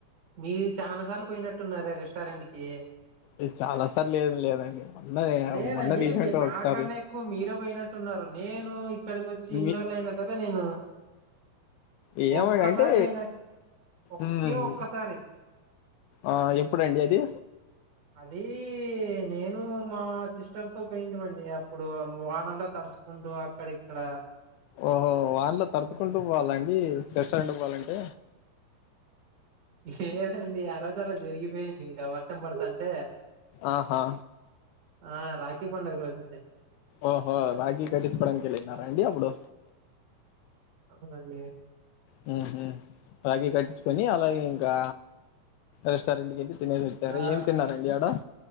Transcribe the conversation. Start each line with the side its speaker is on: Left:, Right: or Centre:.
Right: మీరు చానా సార్లు పోయినట్టున్నారే రెస్టారెంట్ కి
Left: ఇది చాలా సార్లు లేదు లేదండి మొన్న
Right: లేదండి.
Left: మొన్న రీసెంట్
Right: మీరు నా
Left: ఒకసారి
Right: కన్నా ఎక్కువ మీరే ఓయినట్ టున్నారు నేను ఇక్కడికి వచ్చి ఇంర్లోల్
Left: మీ
Right: అయినా సరే నేను
Left: యేవా
Right: ఒక్కసారి
Left: గంటే
Right: బోయిన. ఒకే
Left: ఉహ్
Right: ఒక్కసారి.
Left: ఆ యేప్పుడండి అది
Right: అది నేను మా సిస్టర్ తో పెయింటివండి అప్పుడు వానలో తడుచుకు కుంటు అక్కడ ఇక్కడ
Left: ఓహో వానలో తడుచుకుంటూ
Right: హ్మ్.
Left: పోవాలండి రెస్టారెంట్ కు పోవాలంటే
Right: లేదండి ఆ రోజు అలా జరిగిపోయింది ఇంకా వర్షం పడుతుంటే
Left: ఆహా
Right: ఆ రాఖీ పండుగ రోజండి
Left: ఓహో రాకి కట్టించుకోటానికి వెళ్ళినా రా అండి అప్పుడు
Right: అవునండి
Left: వు హామ్ రాకీ కట్టించుకొని అలాగే ఇంకా రెస్టారెంట్ కి వెళ్ళి తినేసి వ సరే
Right: ఆ
Left: ఏం తిన్నారండి ఆడ